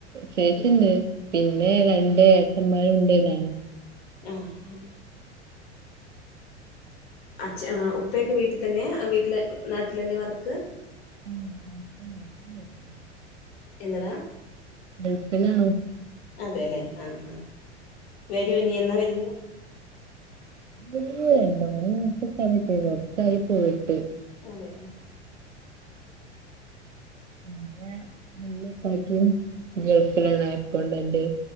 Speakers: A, on the right; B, on the left.
A: ചേച്ചിണ്ട്
B: ഉം
A: പിന്നെ രണ്ട് ഏട്ടന്മാരുണ്ട് നാനും
B: ആഹ് അഛ ആ ഉപ്പയൊക്കെ വീട്ട് തന്നെ വീട്ട്ലെ നാട്ട്ലെന്നെ വർക്ക്
A: <unintelligible>
B: എന്തടാ
A: ഗൾഫിലാണോ
B: അതെ ലേ ആ ആ വരുവനി എന്നാ വരുന്നേ
A: ഒരു രണ്ടു മൂന്ന് മാസൊക്കെ കയ്ഞ്ഞ്ട്ട് വെരും എട്ടായി പോയിട്ട്
B: അതെ
A: പിന്നെ വല്ല്യ ഇക്കാക്കിം ഗൾഫിലാണ് അക്കൗണ്ടന്റ്